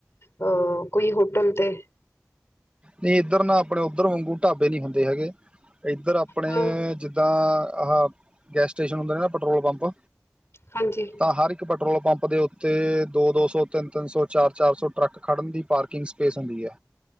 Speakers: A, on the left; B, on the right.
A: ਅ ਕੋਈ ਹੋਟਲ ਤੇ।
B: ਨਹੀਂ ਇੱਧਰ ਨਾ ਆਪਣੇ ਓਧਰ ਵਾਂਗੂ ਢਾਬੇ ਨੀ ਹੁੰਦੇ ਹੈਗੇ। ਇੱਧਰ ਆਪਣੇ
A: ਹਾਂ
B: ਜਿੱਦਾਂ ਆਹਾ ਗੈਸ ਸਟੇਸ਼ਨ ਹੁੰਦੇ ਨੇ ਨਾ, ਪੈਟਰੋਲ ਪੰਪ,
A: ਹਾਂਜੀ
B: ਤਾਂ ਹਰ ਇੱਕ ਪੈਟਰੋਲ ਪੰਪ ਦੇ ਉੱਤੇ ਦੋ ਦੋ ਸੌ ਤਿੰਨ ਤਿੰਨ ਸੌ ਚਾਰ ਚਾਰ ਸੌ ਟਰੱਕ ਖੜ੍ਹਨ ਦੀ ਪਾਰਕਿੰਗ ਸਪੇਸ ਹੁੰਦੀ ਐ।